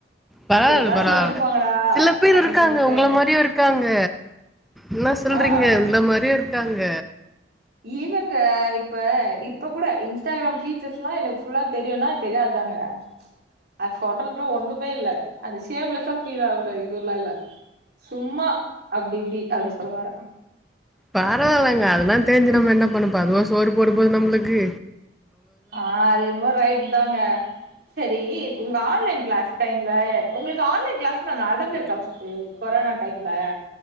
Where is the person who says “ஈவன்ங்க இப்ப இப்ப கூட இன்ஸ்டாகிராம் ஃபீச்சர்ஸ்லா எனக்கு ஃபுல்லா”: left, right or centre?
Right